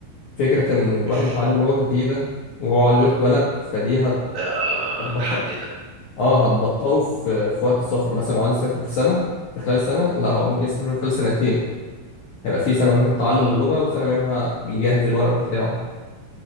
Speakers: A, on the left; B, on the right.
A: فكره ان الواحد
B: مش
A: يتعلم لغه جديده وهو عايز يروح بلد فدي هت-
B: آه
A: هتبطئ
B: تحدي ده
A: اه هتبطئه في في وقت السفر مثلا لو عايز يسافر في سنه في خلال سنه لا هو ممكن يسافر في خلال سنتين هيبقى في سنه منهم تعلم
B: اه
A: اللغه وسنه منها بيجهز الورق بتاعه